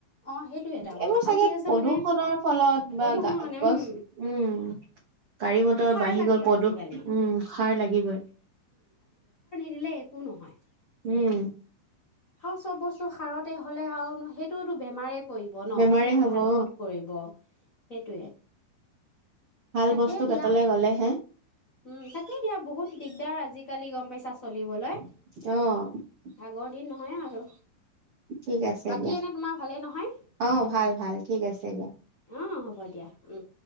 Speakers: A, on the left (about 50°); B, on the right (about 75°).
A: অ সেইটো এটা কথা
B: এইবোৰ
A: আৰু
B: চাগে
A: কি হৈছে
B: প্ৰদূষনৰৰ
A: মানে
B: ফলত
A: প্ৰদূষণৰ
B: বা গা
A: কাৰণে
B: গছ
A: উম
B: উম, গাড়ী মতৰ
A: সাৰ
B: বাঢ়ি
A: লাগে
B: গল প্ৰদূষ
A: আজিকালি
B: উম সাৰ লাগিবই,
A: দিলে একো নহয়।
B: উম,
A: আৰু চব বস্তু সাৰতে হ'লে আৰু সেইটোতো বেমাৰে কৰিব ন
B: বেমাৰে
A: কিন্তু
B: হ'ব
A: ভাল
B: অ
A: ক'ত কৰিব। সেইটোৱে।
B: ভাল
A: তাকেই
B: বস্তু
A: দিয়া
B: পেটলে গ'লেহে
A: উম তাকে দিয়া বহুত দিগদাৰ আজি, কালি গম পাইছা চলিবলৈ।
B: অহ,
A: আগৰ দিন নহয় আৰু
B: ঠিক আছে
A: বাকী
B: দিয়া,
A: এনে তোমাৰ ভালেই নহয়
B: অ', ভাল ভাল ঠিক আছে দিয়া।
A: অ হ'ব দিয়া, উম।